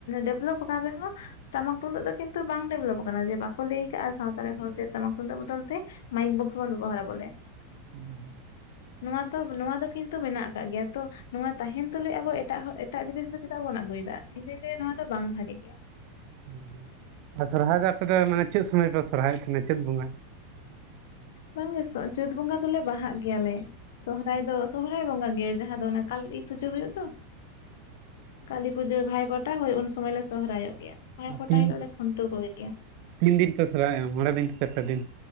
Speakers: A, on the left; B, on the right.
A: ᱰᱮᱵᱷᱞᱚᱯ ᱟᱠᱟᱱ ᱨᱮᱦᱚᱸ ᱴᱟᱢᱟᱠ ᱛᱩᱢᱫᱟᱹᱜ ᱫᱚ ᱠᱤᱱᱛᱩ ᱵᱟᱝ ᱰᱮᱵᱷᱞᱚᱯ ᱟᱠᱟᱱᱟ ᱡᱮ ᱵᱟᱠᱚ ᱞᱟᱹᱭ ᱟᱠᱟᱫᱼᱟ ᱥᱟᱶᱛᱟ ᱨᱮᱱ ᱦᱚᱲ ᱪᱮᱫ ᱴᱟᱢᱟᱠ ᱛᱩᱢᱫᱟᱹᱜ ᱵᱚᱫᱚᱞ ᱛᱮ ᱢᱟᱭᱤᱠ ᱵᱚᱠᱥ ᱵᱚᱱ ᱵᱮᱵᱚᱦᱟᱨᱟ ᱵᱚᱞᱮ᱾
B: ᱦᱮᱸ ᱦᱩᱸ
A: ᱱᱚᱣᱟ ᱫᱚ ᱱᱚᱣᱟ ᱫᱚ ᱠᱤᱱᱛᱩ ᱢᱮᱱᱟᱜ ᱟᱠᱟᱜ ᱜᱮᱭᱟ ᱛᱚ᱾ ᱱᱚᱣᱟ ᱛᱟᱦᱮᱱ ᱛᱩᱞᱩᱡ ᱟᱵᱚ ᱮᱴᱟᱜ ᱮᱴᱟᱜ ᱡᱤᱱᱤᱥ ᱫᱚ ᱪᱮᱫᱟᱜ ᱵᱩᱱ ᱟᱜᱩᱭᱫᱟ ᱤᱧ ᱫᱩᱧ ᱞᱟᱹᱭᱟ ᱱᱚᱣᱟ ᱫᱚ ᱵᱟᱝ ᱵᱷᱟᱜᱮ ᱜᱮᱭᱟ᱾
B: ᱦᱩᱸ ᱟᱨ ᱥᱚᱨᱦᱟᱭ ᱫᱚ ᱟᱯᱮ ᱫᱚ ᱢᱟᱱᱮ ᱪᱮᱫ ᱥᱚᱢᱚᱭ ᱯᱮ ᱥᱚᱨᱦᱟᱭᱚᱜ ᱛᱟᱦᱮᱱᱟ ᱪᱮᱫ ᱵᱚᱸᱜᱟ?
A: ᱵᱟᱝᱜᱮ ᱪᱟᱹᱛ ᱵᱚᱸᱜᱟ ᱫᱚᱞᱮ ᱵᱟᱦᱟᱜ ᱜᱮᱭᱟᱞᱮ᱾ ᱥᱚᱦᱦᱟᱭ ᱫᱚ ᱥᱚᱦᱨᱟᱭ ᱵᱚᱸᱜᱟ ᱜᱮ ᱡᱟᱦᱟᱸ ᱫᱚ ᱚᱱᱟ ᱠᱟᱹᱞᱤ ᱯᱩᱡᱟᱹ ᱦᱩᱭᱩᱜ ᱫᱚ ᱠᱟᱹᱞᱤ ᱯᱩᱡᱟᱹ ᱵᱷᱟᱭ ᱯᱷᱚ ᱴᱟ ᱦᱳᱭ ᱩᱱ ᱥᱚᱢᱟᱹᱭ ᱞᱮ ᱥᱚᱦᱚᱨᱟᱭᱚᱜ ᱜᱮᱭᱟ, ᱵᱷᱟᱭ ᱯᱷᱳᱴᱟ
B: ᱛᱤᱱ
A: ᱦᱤᱞᱳᱜ ᱞᱮ ᱠᱷᱩᱱᱴᱟᱹᱣ ᱠᱚᱜᱮ ᱜᱮᱭᱟ᱾
B: ᱛᱤᱱ ᱫᱤᱱ ᱯᱮ ᱥᱚᱨᱦᱟᱭᱚᱜᱼᱟ, ᱢᱚᱬᱮ ᱫᱤᱱ ᱥᱮ ᱯᱮ ᱫᱤᱱ?